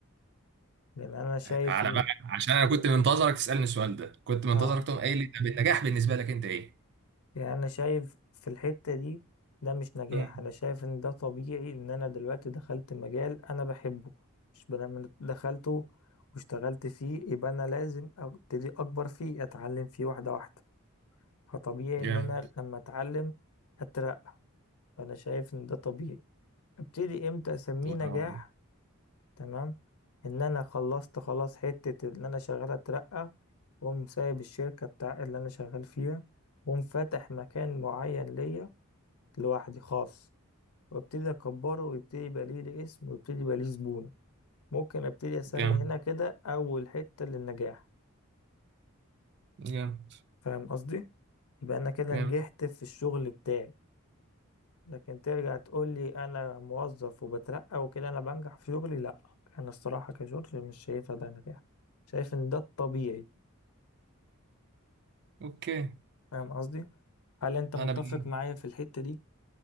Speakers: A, on the left; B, on the right.
A: لان انا شايف
B: تعالى
A: ان
B: بقى عشان أنا كنت منتظرك تسألني السؤال ده كنت منتظرك
A: اه
B: تقوم قايل لي طب النجاح بالنسبة لك أنت إيه؟
A: يعني انا شايف في الحته دي ده مش نجاح
B: مم.
A: انا شايف ان ده طبيعي ان انا دلوقتي دخلت مجال انا بحبه مش لما دخلته واشتغلت فيه يبقى انا لازم ابتدي اكبر فيه اتعلم فيه واحده واحده فطبيعي
B: جامد
A: ان انا لما اتعلم اترقى فانا شايف ان ده طبيعي ابتدي امتى اسميه
B: الله
A: نجاح
B: ينور عليك
A: تمام ان انا خلصت خلاص حتة ان انا شغال اترقى واقوم سايب الشركة بتاع اللي انا شغال فيها واقوم فاتح مكان معين ليا لوحدي خاص وابتدي اكبره ويبتدي يبقى ليه ليه اسم ويبتدي يبقى ليه زبون ممكن ابتدي اسمي
B: جامد
A: هنا كده اول حتة للنجاح
B: جامد
A: فاهم قصدي يبقى انا كده
B: جامد
A: نجحت في الشغل بتاعي لكن ترجع تقول لي انا موظف وبترقى وكده انا بنجح في شغلي لا انا الصراحة كشغل مش شايفها ده نجاح شايف ان ده الطبيعي
B: أوكي
A: فاهم قصدي هل انت متفق
B: أنا بال...
A: معايا في الحتة دي